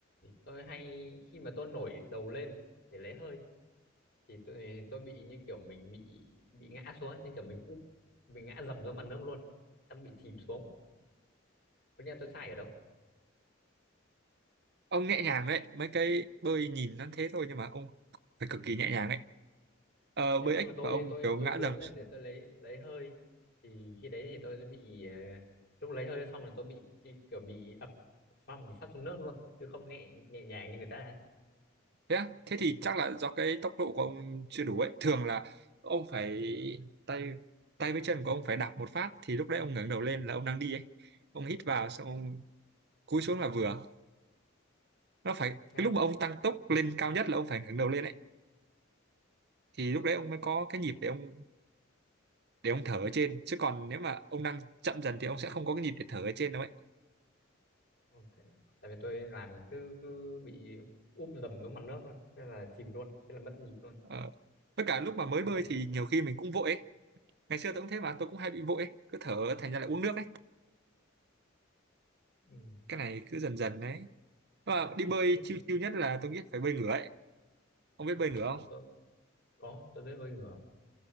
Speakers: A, on the left (about 55°); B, on the right (about 55°).
A: tôi hay khi mà tôi nổi đầu lên để lấy hơi thì tôi tôi bị như kiểu mình bị bị ngã xuống như kiểu mình úp mình ngã dầm xuống mặt nước luôn xong bị chìm xuống Tất nhiên tôi sai ở đâu
B: ông nhẹ nhàng đấy mấy cái bơi nhìn nó thế thôi nhưng mà ông phải cực kỳ nhẹ nhàng ấy ờ,
A: nhưng
B: bơi
A: khi
B: ếch
A: mà tôi
B: và ông
A: tôi
B: kiểu
A: tôi
B: ngã
A: dướn
B: dầm
A: lên để tôi lấy lấy hơi thì khi đấy thì tôi sẽ bị ờ, lúc lấy hơi xong là tôi bị như kiểu bị ập phăng một phát xuống nước luôn chứ không nhẹ nhẹ nhàng như người ta ấy
B: thế á? thế thì chắc là do cái tốc độ của ông chưa đủ ấy thường là ông phải tay tay với chân của ông phải đạp một phát thì lúc đấy ông ngẩng đầu lên là ông đang đi ấy ông hít vào xong ông cúi xuống là vừa nó phải
A: Ừ,
B: cái
A: thế,
B: lúc mà ông tăng tốc lên cao nhất là ông phải ngẩng đầu lên ấy thì lúc đấy ông mới có cái nhịp để ông để ông thở ở trên chứ còn nếu mà ông đang chậm dần thì ông sẽ không có cái nhịp để thở ở trên đâu ấy
A: ừ, thế, tại vì tôi làm cứ cứ bị úp dầm xuống mặt nước thôi thế là chìm luôn thế là mất nhịp luôn
B: ờ. tất cả
A: thế
B: lúc mà mới
A: thế
B: bơi
A: không
B: thì nhiều khi mình cũng vội ấy ngày xưa tôi cũng thế mà tôi cũng hay bị vội ấy. cứ thở thành ra lại uống nước ấy
A: ừ.
B: cái này cứ dần dần đấy và đi bơi
A: nhưng-
B: chiêu chiêu nhất là tôi nghĩ phải bơi ngửa ấy ông biết bơi ngửa
A: ừ,
B: không
A: tôi có tôi biết bơi ngửa